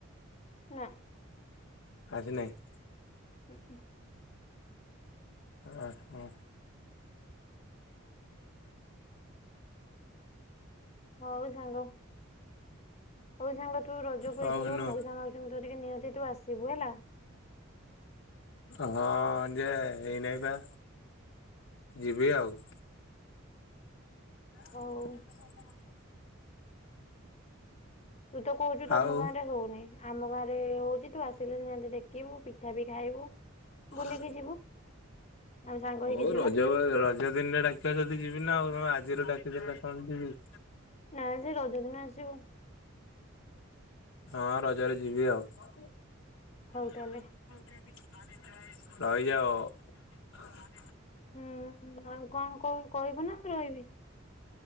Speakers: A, on the left; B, on the left.
A: ନା।
B: ଆସି ନାଇଁ
A: <inaudible>
B: ହ ହୋ
A: ହଉ ସାଙ୍ଗ ହଉ ସାଙ୍ଗ ତୁ ରଜକୁ
B: ହଉ
A: ଏଇଥର
B: ନୁ
A: ମଉାସା ମାଉ ତୋ ଟିକେ ନିହାତି ତୁ ଆସିବୁ ହେଲା।
B: ହଁ ଯେ ହେଇନାହିଁ ବା ଯିବି ଆଉ <inaudible>
A: ହଉ। ତୁ ତ କହୁଛୁ ତମ
B: ଆଉ
A: ଗାଁ ରେ ହଉନି ଆମ ଘରେ ହଉଛି ତୁ ଆସିଲେ ନିହାତି ଦେଖିବୁ ପିଠା ବି ଖାଇବୁ
B: ହଁ
A: ବୁଲିକି ଯିବୁ ଆମେ ସାଙ୍ଗ ହେଇକି
B: ହଉ
A: ଯିବା
B: ରଜ ରଜ ଦିନରେ ଡାକିବା ଯଦି ଯିବି ନା ଆଉ ଆଜିରୁ ଡାକିଦେଲେ କମ ଯିବ
A: ନାଇ ସେ ରଜ ଦିନ ଆସିବ
B: ହଁ ରଜରେ ଯିବି ଆଉ
A: ହଉ।
B: ହଉଲେ
A: ତାହେଲେ
B: ରହିଯାଉ।
A: ହୁଁ ଆଉ କଣ କ କହିବୁ ନା ରହିବି